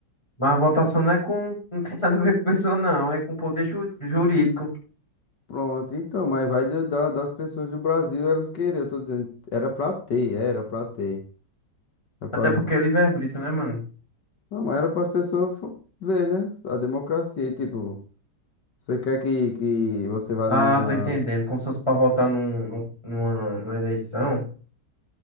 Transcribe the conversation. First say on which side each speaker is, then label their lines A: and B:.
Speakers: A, on the left; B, on the left.
A: Mas a votação não é com. Não tem nada a ver com pessoa, não. É com poder ju- jurídico.
B: Pronto, então. Mas vai do- da- das pessoas do Brasil, elas querem. Eu tô dizendo, era pra ter, era pra ter. Era
A: Até
B: pra,
A: porque é livre-arbítrio, né, mano?
B: Não, mas era para as pessoas fo- ver, né? A democracia, e, tipo, você quer que, que você vá
A: Ah,
B: numa.
A: tô entendendo. Como se fosse pra votar num, num- numa, numa eleição.